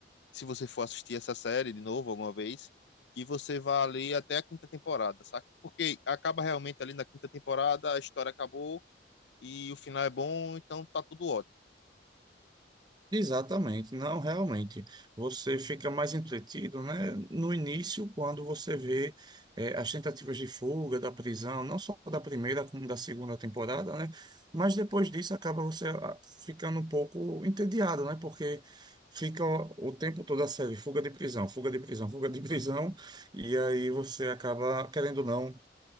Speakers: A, on the left; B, on the right.
A: se você for assistir essa série de novo alguma vez, que você vá ali até a quinta temporada, saca? Porque acaba realmente ali na quinta temporada, a história acabou e o final é bom, então tá tudo ótimo.
B: Exatamente, não, realmente. Você fica mais entretido, né? No início, quando você vê eh, as tentativas de fuga da prisão, não só da primeira como da segunda temporada, né? Mas depois disso acaba você ah, ficando um pouco entediado, né? Porque fica o, o tempo todo a série, fuga de prisão, fuga de prisão, fuga de <laughs> prisão, e aí você acaba, querendo ou não,